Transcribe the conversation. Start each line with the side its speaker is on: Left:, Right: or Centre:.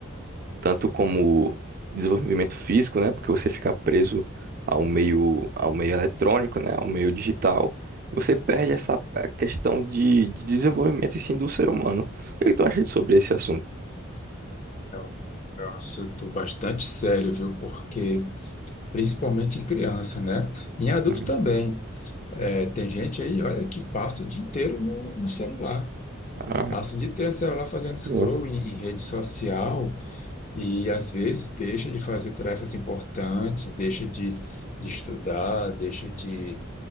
Right: tanto como desenvolvimento físico, né? Porque você fica preso ao meio, ao meio eletrônico, né? Ao meio digital, você perde essa eh, questão de, de desenvolvimento e sim do ser humano. O que é que tu acha sobre esse assunto?
Left: É um é um assunto bastante sério, viu? Porque, principalmente em criança, né? Em adulto
Right: Uhum.
Left: também. É, tem gente aí, olha, que passa o dia inteiro no, no celular.
Right: Ah,
Left: Passa o dia inteiro no celular fazendo scroll
Right: bom.
Left: em, em rede social e, às vezes, deixa de fazer tarefas importantes, deixa de, de estudar, deixa de,